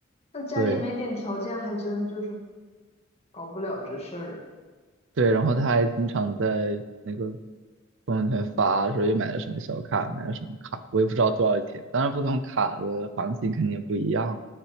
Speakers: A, on the left (about 30°); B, on the right (about 65°).
A: 那家里没点条件，
B: 对
A: 还真就是搞不了这事儿。
B: 对，然后他还经常在那个朋友圈发说又买了什么小卡，买了什么卡，我也不知道多少钱。当然不同卡的行情肯定也不一样。